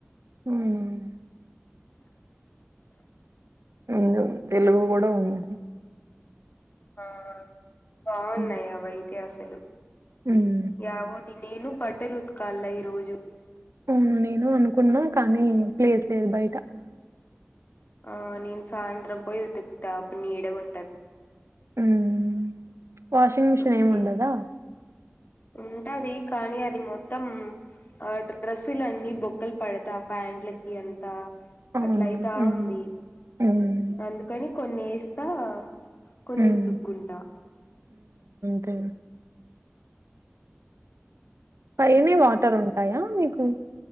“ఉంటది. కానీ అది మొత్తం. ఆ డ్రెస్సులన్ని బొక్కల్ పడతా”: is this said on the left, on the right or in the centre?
Left